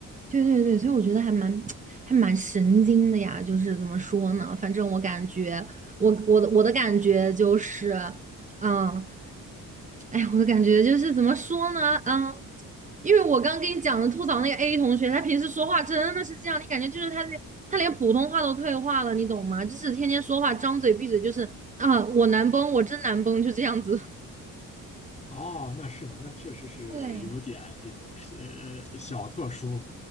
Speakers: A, on the right; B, on the left.
A: 对对对，所以我觉得还蛮 <tsk> 还蛮神经的呀，就是怎么说呢？反正我感觉，我我的我的感觉就是，嗯，哎呀，我的感觉就是怎么说呢？嗯，因为我刚跟你讲的吐槽那个 A 同学，他平时说话真的是这样，你感觉就是他连他连普通话都退化了，你懂吗？就是天天说话张嘴闭嘴就是啊，我难崩，我真难崩，就这样子。
B: 哦，那是吗？那确实是有点这种
A: <laughs> 对。
B: 呃小特殊。